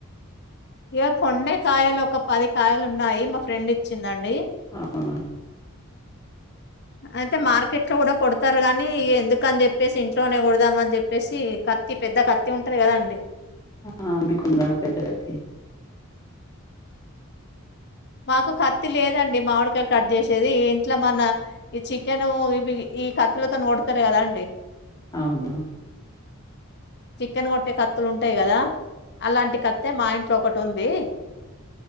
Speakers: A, on the left (about 50°); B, on the left (about 15°).
A: ఇగా కొన్నే కాయలు, ఒక పది కాయలు ఉన్నాయి. మా ఫ్రెండ్ ఇచ్చిందండి.
B: అవునా
A: అయితే మార్కెట్ లో కూడా కొడతారు. కాని ఎందుకని చెప్పేసి, ఇంట్లోనే కోడదామని చెప్పేసి. క కత్తి పెద్ద కత్తి ఉంటది. గదా అండి.
B: ఆ మీకుందాం పెద్దతి కత్తి
A: మాకు కత్తి లేదండి, మామిడికాయలు కట్ చేసేది. ఇంట్లో మొన్నా ఈ చికెను ఇవి, ఈ కత్తులతోని కోడతరు కదా అండి.
B: అవునా
A: చికెన్ కొట్టే కత్తులు ఉంటాయి. కదా అలాంటి కత్త్తె మా ఇంట్లో ఒకటి ఉంది.